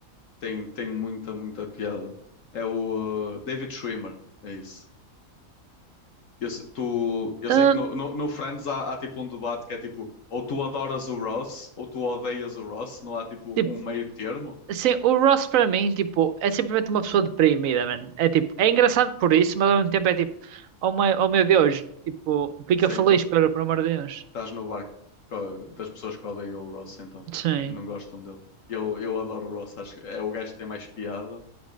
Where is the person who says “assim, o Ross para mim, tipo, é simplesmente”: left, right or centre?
Right